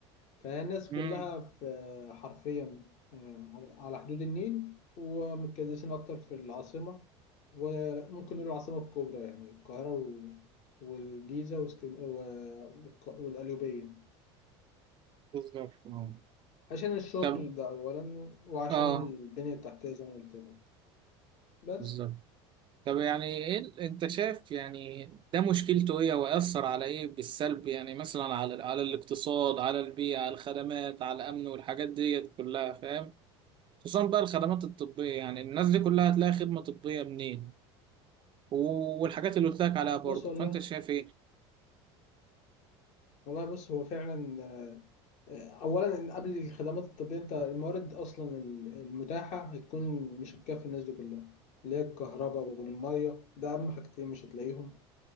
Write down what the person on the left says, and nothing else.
فالناس
كلها في حرفيا آه، على حدود النيل ومتكدسين أكتر في العاصمة وممكن نقول العاصمة الكبرى يعني القاهرة و... والجيزة وسكن... و... والق- والقليوبية
عشان الشغل
ده أولا وعشان
البنية التحتية زي ما قلت لك بس
بص والله
والله بص هو فعلا آه، اولا قبل الخدمات الطبيه انت الموارد اصلا المتاحه هتكون مش هتكفي الناس دي كلها اللي هي الكهرباء والميه ده اهم حاجتين مش هتلاقيهم